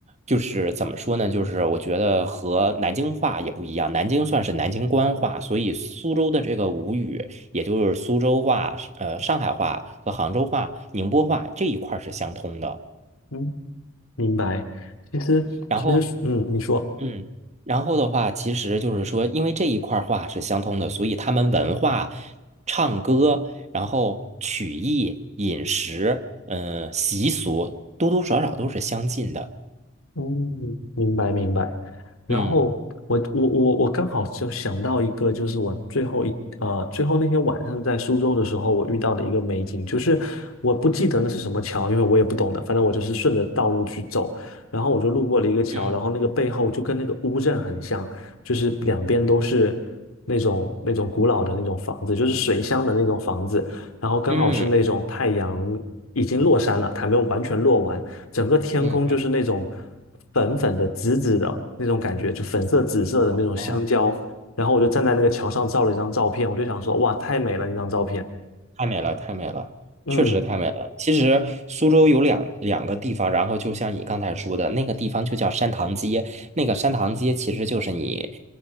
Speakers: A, on the right; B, on the left.
A: 就是怎么说呢？就是我觉得和南京话也不一样，南京算是南京官话，所以苏州的这个吴语，也就是苏州话、呃上海话和杭州话、宁波话这一块儿是相通的。
B: 嗯，明白。其实其实，
A: 然后
B: 嗯，你说。
A: 嗯，然后的话，其实就是说，因为这一块儿话是相通的，所以他们文化、唱歌，然后曲艺、饮食，嗯、习俗，多多少少都是相近的。
B: 嗯，明白明白。然后我我我我刚好就想到一个，
A: 嗯
B: 就是我最后一呃最后那天晚上在苏州的时候，我遇到的一个美景，就是我不记得那是什么桥，因为我也不懂的，反正我就是顺着道路去走，然后我就路过了一个桥，
A: 嗯
B: 然后那个背后就跟那个乌镇很像，就是两边都是那种那种古老的那种房子，就是水乡的那种房子，然后刚好是那种太阳
A: 嗯
B: 已经落山了，还没有完全落完。整个天空就是那种
A: 嗯嗯
B: 粉粉的、紫紫的那种感觉，就粉色、紫色的那种香蕉。
A: 哦
B: 然后我就站在那个桥上照了一张照片，我就想说，哇，太美了那张照片。
A: 太美了，太美了，
B: 嗯，
A: 确实太美了。其实苏州有两两个地方，然后就像你刚才说的那个地方就叫山塘街，那个山塘街其实就是你